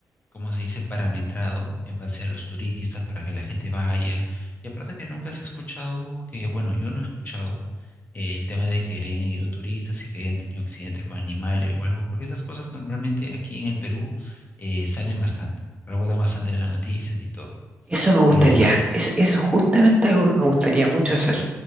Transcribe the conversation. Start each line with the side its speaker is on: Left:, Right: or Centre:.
Left: como se dice, parametrado en base a los turistas para que la gente vaya. Y aparte que nunca se ha escuchado como que, bueno, yo no he escuchado eh, el tema de que hayan ido turistas y que hayan tenido accidentes con animales o algo, porque esas cosas normalmente aquí en el Perú eh, salen bastante, rebotan bastante en las noticias y todo.
Right: Eso me gustaría.
Left: Pero
Right: Es, eso es justamente algo que me gustaría mucho hacer.